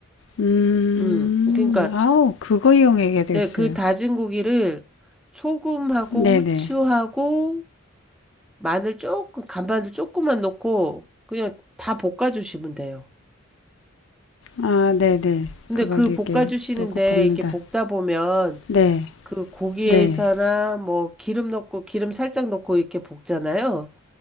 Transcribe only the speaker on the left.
음,
음, 음. 아우, 그거 이용해야 되겠어요.
네네.
아, 네네.
그걸
이렇게
놓고 볶는다.
네,
네,